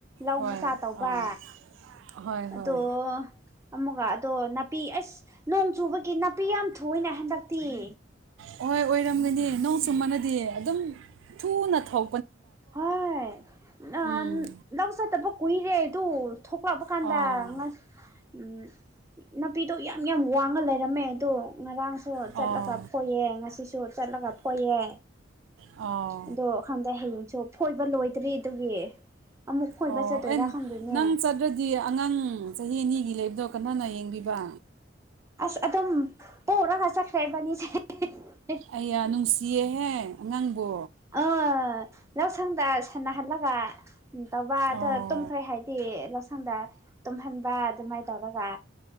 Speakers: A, on the right; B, on the right.
A: ꯂꯧ
B: ꯍꯣꯏ
A: ꯃꯆꯥ ꯇꯧꯕ
B: ꯑꯥ ꯍꯣꯏ ꯍꯣꯏ
A: ꯑꯗꯣ ꯑꯃꯨꯛꯒ ꯑꯗꯣ ꯅꯥꯄꯤ ꯑꯁ ꯅꯣꯡ ꯆꯨꯕꯒꯤ ꯅꯥꯄꯤ ꯌꯥꯝ ꯊꫭꯏꯅꯦ ꯍꯟꯗꯛꯇꯤ <inaudible>
B: ꯍꯣꯏ ꯑꯣꯏꯔꯝꯒꯅꯤ ꯅꯣꯡꯁꯨ ꯃꯥꯟꯅꯗꯦ ꯑꯗꯨꯝ ꯊꯨꯅ ꯊꫭ
A: ꯍꫭꯏ ꯅꯍꯥꯟ
B: ꯎꯝ
A: ꯂꯧ ꯆꯠꯇꯕ ꯀꯨꯏꯔꯦ ꯑꯗꯨ ꯊꯣꯛꯂꯛꯑꯕ ꯀꯥꯟꯗ
B: ꯑꯣ
A: ꯉ ꯎꯝ ꯅꯥꯄꯤꯗꯣ ꯌꯥꯝ ꯌꯥꯝ ꯋꯥꯡꯅ ꯂꯩꯔꯝꯃꯦ ꯑꯗꯣ ꯉꯔꯥꯡ <unintelligible>
B: ꯑꯣ
A: ꯆꯠꯂꯒ ꯐꯣꯏꯌꯦ ꯉꯁꯤꯁꯨ ꯆꯠꯂꯒ ꯐꯣꯏꯌꯦ
B: ꯑꯣ
A: ꯑꯗꯣ ꯈꯟꯗꯦ ꯍꯌꯦꯡꯁꯨ ꯐꯣꯏꯕ ꯂꯣꯏꯗ꯭ꯔꯤ ꯑꯗꯨꯒꯤ ꯑꯃꯨꯛ ꯐꯣꯏꯕ
B: ꯑꯣ
A: ꯆꯠꯇꯣꯏꯔꯥ
B: ꯑꯦ
A: ꯈꯪꯗꯣꯏꯅꯦ
B: ꯅꯪ ꯆꯠꯔꯗꯤ ꯑꯉꯥꯡ ꯆꯍꯤ ꯑꯅꯤꯒꯤ ꯂꯩꯕꯗꯣ ꯀꯅꯥꯅ ꯌꯦꯡꯕꯤꯕ
A: ꯑꯁ ꯑꯗꯨꯝ ꯄꯣꯔꯒ ꯆꯠꯈ꯭ꯔꯦ ꯏꯕꯥꯅꯤꯁꯦ <unintelligible>
B: ꯑꯩꯌꯥ ꯅꯨꯡꯁꯤꯌꯦꯍꯦ ꯑꯉꯥꯡꯕꯣ
A: <unintelligible> ꯂꯧꯁꯪꯗ ꯁꯥꯟꯅꯍꯜꯂꯒ ꯎꯝ ꯇꯧꯕ ꯑꯗꯣ
B: ꯑꯣ
A: ꯇꯨꯝꯈ꯭ꯔꯦ ꯍꯥꯏꯗꯤ ꯂꯧꯁꯪꯗ ꯇꯨꯝꯍꯟꯕ ꯑꯗꯨꯝꯃꯥꯏ ꯇꯧꯔꯒ